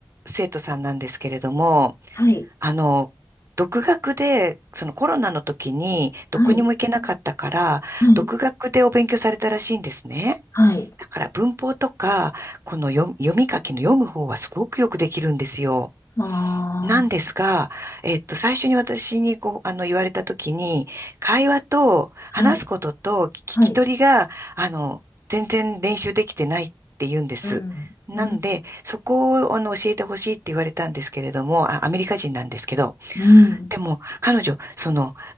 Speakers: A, on the right; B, on the left.
A: 生徒さんなんですけれども、
B: はい、
A: あの、独学で、そのコロナの時にどこにも行けなかったから、
B: はい、はい。
A: 独学でお勉強されたらしいんですね。
B: はいはい
A: だから文法とか、この読み、読み書きの読む方はすごくよくできるんですよ。
B: あ
A: なんですが、えっと、最初に私にこう、あの、言われたときに、会話と話すことと聞き取りが、
B: あ、はい、はい。
A: あの、全然練習できてないって言うんです。
B: うん、
A: なんで、
B: うん、
A: そこを、あの、教えてほしいって言われたんですけれども、あ、アメリカ人なんですけど、
B: うん、
A: でも、彼女、その、